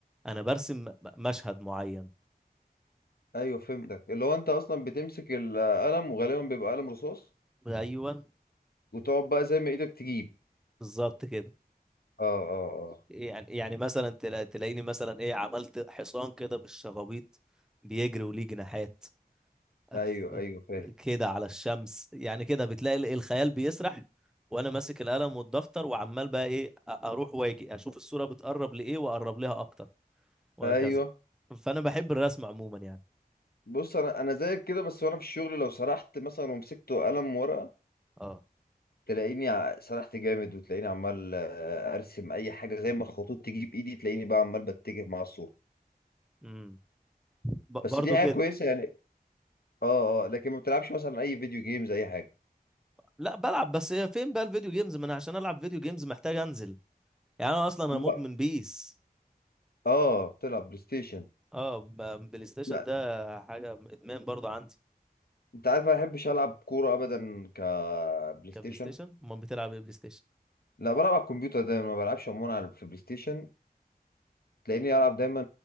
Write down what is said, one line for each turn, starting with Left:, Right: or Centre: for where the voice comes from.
Centre: انا برسم م- مشهد معين
Left: ايوه فهمتك اللي هو انت اصلا بتمسك القلم وغالبا بيبقى قلم رصاص
Centre: ايوه
Left: وتقعد بقى زي ما ايدك تجيب
Centre: بالظبط كده
Left: اه اه
Centre: يعني يعني مثلا تلا- تلاقيني مثلا ايه عملت حصان كده بالشغابيط بيجري وليه جناحات
Left: اه
Centre: أف-
Left: ايوه ايوه فاهم
Centre: أف- كده على الشمس يعني كده بتلاقي ال- الخيال بيسرح وانا ماسك القلم والدفتر وعمال بقى ايه أ- اروح واجي اشوف الصورة بتقرب لايه واقرب لها اكتر وهكذا
Left: ايوه
Centre: فانا بحب الرسم عموما يعني
Left: بص انا انا زيك كده بس وانا في الشغل لو سرحت مثلا ومسكت قلم ورقه
Centre: اه
Left: تلاقيني ع- سرحت جامد وتلاقيني عمال آه، ارسم اي حاجه زي ما الخطوط تيجي بايدي تلاقيني بقى عمال بتجه مع الصوره
Centre: امم ب-
Left: بس
Centre: برضو
Left: دي حاجه
Centre: كده
Left: كويسه يعني اه اه لكن ما بتلعبش مثلا اي فيديو جيمز اي حاجه
Centre: لا بلعب بس إيه، فين بقى الفيديو جيمز ما انا عشان العب فيديو جيمز محتاج انزل يعني انا اصلا انا
Left: لا
Centre: مدمن بيس
Left: اه بتلعب بلاي ستيشن
Centre: اه ب- بلاي ستيشن
Left: لا
Centre: ده حاجة ادمان برضو عندي
Left: انت عارف انا ما بحبش العب كوره ابدا كبلاي
Centre: كان
Left: ستيشن
Centre: بلاي ستيشن امال بتلعب ايه بلاي ستيشن
Left: لا بلعب على الكمبيوتر ده ما بلعبش عموما على في بلاي ستيشن تلاقيني العب دايما